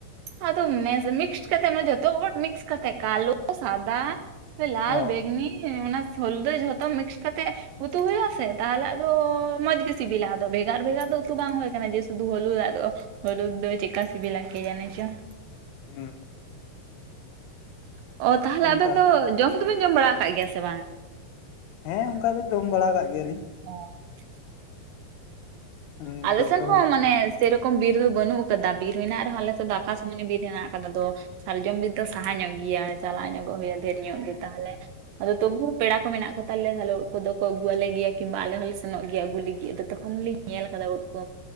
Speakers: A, on the right; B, on the left.
A: ᱟᱫᱚ ᱢᱮᱥ ᱢᱤᱠᱥ ᱠᱟᱛᱮ ᱢᱟ ᱡᱚᱛ ᱦᱚᱲ ᱢᱤᱠᱥ ᱠᱟᱛᱮᱫ ᱠᱟᱞᱳ ᱥᱟᱫᱟ ᱞᱟᱞ
B: ᱚ
A: ᱵᱮᱜᱽᱱᱤ ᱚᱱᱟ ᱥᱚᱞᱫᱮ ᱡᱷᱚᱛᱚ ᱢᱤᱠᱥ ᱠᱟᱛᱮᱫ ᱩᱛᱩ ᱦᱩᱭᱩᱜᱼᱟ ᱥᱮ ᱛᱟᱦᱚᱞᱮ ᱟᱫᱚ ᱢᱚᱸᱡᱽ ᱜᱮ ᱥᱤᱵᱤᱞᱟ ᱟᱫᱚ ᱵᱷᱮᱜᱟᱨ ᱵᱷᱮᱜᱟᱨ ᱫᱚ ᱩᱛᱩ ᱵᱟᱝ ᱦᱩᱭ ᱠᱟᱱᱟ ᱡᱮ ᱥᱩᱫᱩ ᱦᱩᱞᱩᱫ ᱟᱜ ᱫᱚ ᱦᱩᱞᱩ ᱫᱚ ᱪᱮᱫᱠᱟ ᱥᱤᱵᱤᱞᱟ ᱠᱮ ᱡᱟᱱᱮ ᱪᱚᱝ
B: ᱦᱩᱸ
A: ᱚ ᱛᱟᱦᱞᱮ
B: ᱚᱱᱠᱟ
A: ᱟᱵᱮᱱ ᱫᱚ ᱡᱚᱢ ᱫᱚᱵᱮᱱ ᱡᱚᱢ ᱵᱟᱲᱟ ᱟᱠᱟᱜ ᱜᱮᱭᱟ ᱥᱮ ᱵᱟᱝ?
B: ᱦᱮᱸ ᱚᱱᱠᱟ ᱫᱚ ᱡᱚᱢ ᱵᱟᱲᱟ ᱠᱟᱜ ᱜᱮᱭᱟᱞᱤᱧ
A: ᱚᱸ
B: ᱱᱤᱛᱚᱜ
A: ᱟᱞᱮ ᱥᱮᱱ
B: ᱫᱚ
A: ᱦᱚᱸ ᱢᱟᱱᱮ ᱥᱮᱨᱚᱠᱚᱢ ᱵᱤᱨ ᱫᱚ ᱵᱟᱹᱱᱩᱜ ᱟᱠᱟᱫᱟ ᱵᱤᱨ ᱢᱮᱱᱟᱜ ᱨᱮᱦᱚᱸ ᱟᱞᱮᱥ ᱫᱚ ᱟᱠᱟᱥ ᱢᱩᱱᱤ ᱵᱤᱨ ᱦᱮᱱᱟᱜ ᱟᱠᱟᱫᱟ ᱫᱚ ᱥᱟᱨᱡᱚᱢ ᱵᱤᱨ ᱫᱚ ᱥᱟᱦᱟ ᱧᱚᱜ ᱜᱮᱭᱟ ᱪᱟᱞᱟᱣ ᱧᱚᱜᱚᱜ ᱦᱩᱭᱩᱜᱼᱟ ᱰᱷᱮᱨ ᱧᱚᱜ ᱜᱮ ᱛᱟᱦᱚᱞᱮᱲᱲ ᱟᱫᱚ ᱛᱚᱵᱩ ᱯᱮᱲᱟ ᱠᱚ ᱢᱮᱱᱟᱜ ᱠᱚ ᱛᱟᱞᱮᱭᱟ ᱛᱟᱦᱮ ᱠᱚᱫᱚ ᱠᱚ ᱟᱹᱜᱩᱣᱟᱞᱮ ᱜᱮᱭᱟ ᱠᱤᱝᱵᱟ ᱟᱞᱮ ᱦᱚᱸᱞᱮ ᱥᱮᱱᱚᱜ ᱜᱮᱭᱟ ᱟᱜᱩ ᱞᱟᱹᱜᱤᱫ ᱟᱫᱚ ᱛᱚᱠᱷᱚᱱ ᱞᱤᱧ ᱧᱮᱞ ᱟᱠᱟᱫᱟ ᱩᱫ ᱠᱚ